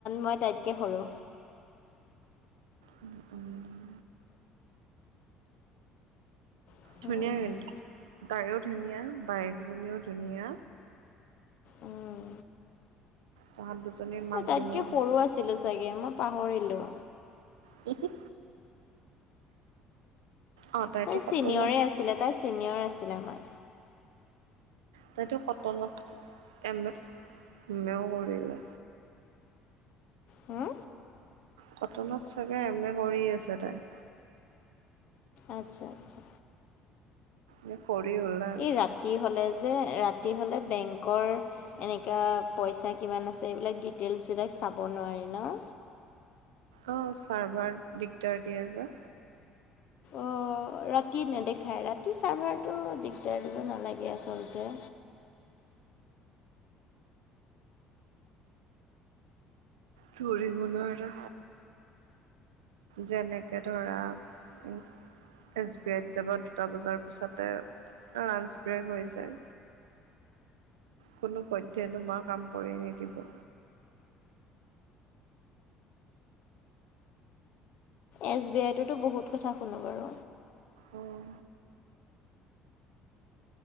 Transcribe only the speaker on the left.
মই তাইতকৈ সৰু।
উম,
উম।
মই
তাইতকৈ
সৰু আছিলো চাগে মই পাহৰিলোঁ।
তাই ছিনিয়ৰে
আছিলে তাই ছিনিয়ৰ আছিলে আমাৰ।
হো
আচ্ছা আচ্ছা।
এই ৰাতি হলে যে, ৰাতি হ'লে বেংকৰ এনেকুৱা পইচা কিমান আছে এইবিলাক, ডিটেইলছবিলাক চাব নোৱাৰি ন?
অঁ ৰাতি নেদেখায়, ৰাতি চাৰ্ভাৰটো দিগদাৰ দিব নালাগে আচলতে
এছ বি আইটোতো বহুত কথা শুনোঁ বাৰু।